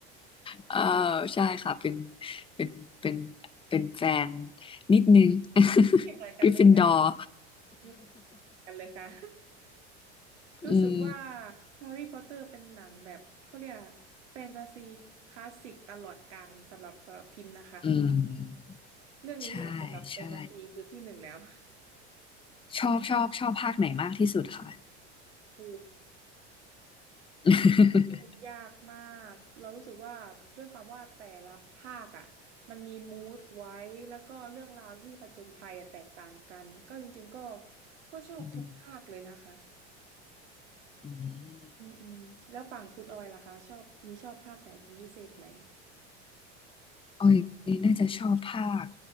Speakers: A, on the left; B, on the right.
A: เออใช่ค่ะเป็นเป็นเป็นเป็นแฟนนิดนึง
B: <laughs> ไม่เหมือนกันเลยไม่เ
A: <laughs> กริฟฟินดอร์
B: หมือนกันเลยค่ะ รู้สึกว่า
A: อืม
B: แฮร์รี่พอตเตอร์เป็นหนังแบบเขาเรียกแฟนตาซีคลาสสิกตลอดกาลสำหรับสำหรับพิมพ์นะคะ
A: อืม
B: เรื่องนี้แหละสำหรับแฟนตาซีคือที่หนึ่งแล้ว
A: ใช่ใช่ชอบชอบชอบภาคไหนมากที่สุดคะ
B: โห
A: <laughs>
B: พูดยากมากเรารู้สึกว่าด้วยความว่าแต่ละภาคอ่ะมันมีมูดไว้แล้วก็เรื่องราวที่ผจญภัยอะแตกต่างกันก็จริงๆก็ก็ชอบทุกภาคเลยนะคะ
A: อืมอืม
B: อืมอืมแล้วฝั่งคุณออยล่ะคะชอบมีชอบภาคไหนเป็นพิเศษไหม
A: ออยน่าจะชอบภาค